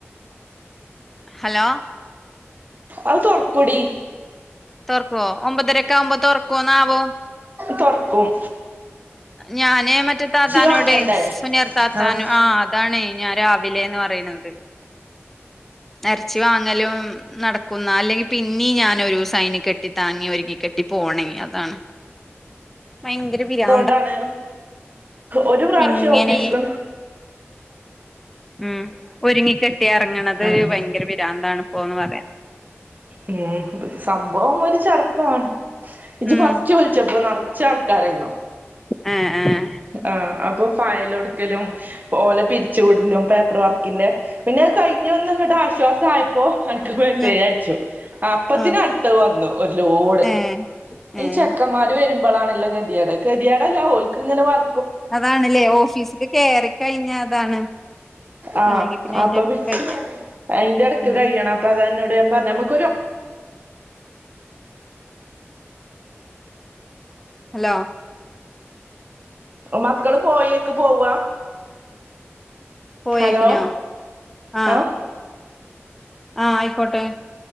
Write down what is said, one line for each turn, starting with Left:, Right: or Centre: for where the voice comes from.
Centre: ഹലോ
Right: അത് തൊറക്കൊടീ
Centre: തൊറക്കോ ഒമ്പതരയൊക്കെ ആവുമ്പോൾ തൊറക്കോ ന്ന് ആവോ
Right: തൊർക്കും
Centre: ഞാനേ മറ്റേ താത്താനോടെ
Right: വാങ്ങണ്ടേ
Centre: സുനിയർ താത്താനൊ
Right: ആഹ്
Centre: ആ അതാണ് ഞാൻ <unintelligible> വിലയിന്ന് പറയുന്നത് ഇറച്ചി വാങ്ങലും നടക്കുന്ന അല്ലെങ്കിൽ പിന്നീ ഞാൻ ഒരു സൈന് കെട്ടി താങ്ങി ഒരുങ്ങി കെട്ടി പോണെ അതാണ് ഭയങ്കര പിരാ
Right: താണ് ഒരു പ്രാവശ്യം
Centre: ഇങ്ങനെ
Right: ഓഫീസില
Centre: ഉം ഒരുങ്ങി കെട്ടി ഇറങ്ങണത്
Right: ഉം
Centre: ഭയങ്കര പിരാന്താണ് പോന്ന് പറയാം
Right: ഉം സംഭവം ഒരു ചടപ്പാണ് ഇജ്
Centre: ഉം
Right: ഫസ്റ്റ് വിളിച്ചപ്പോ നട ച്ച ആൾക്കാരായിന്നോ
Centre: ആ ആ
Right: ആ അപ്പൊ ഫയലൊടുക്കലും ഓല പിരിച്ചുവിടലും പേപ്പർ വർക്കിന്റെ പിന്നെ കഴിഞ്ഞ് ഒന്നങ്ങട്ട ശ്വാസായപ്പോ അൻ മെസ്സേജ്
Centre: ആഹ്
Right: അയച്ചു അപ്പത്തിന്
Centre: ആഹ്
Right: അടുത്ത വന്നു ഒരു ലോഡ്
Centre: ഏഹ്
Right: ഈ
Centre: ഏഹ്
Right: ചെക്കന്മാര് വരു മ്പളാണ് ള്ള ഗതികേട് ഗതികേടല്ല ഓൽക്ക് ഇങ്ങനെ വർ
Centre: അതാണ്ല്ലേ ഓഫീസില് കയറി കഴിഞ്ഞ അതാണ്
Right: ആഹ്
Centre: അല്ലെങ്കി പിന്നെ അയിന്റെ
Right: അപ്പൊ
Centre: അടുത്ത്
Right: പി
Centre: കയ്യാം
Right: അയിന്റെ എടക്ക്
Centre: ഉം
Right: കഴിയണം അപ്പൊ അതാ അന്നോട് ഞാ പറഞ്ഞ നമക്കൊരു
Centre: ഹലോ
Right: മക്കള് പോയേക്ക് പോവാ
Centre: പോയേക്കിനോ
Right: ഹലോ
Centre: ആ
Right: ആഹ്
Centre: ആ ആയിക്കോട്ടെ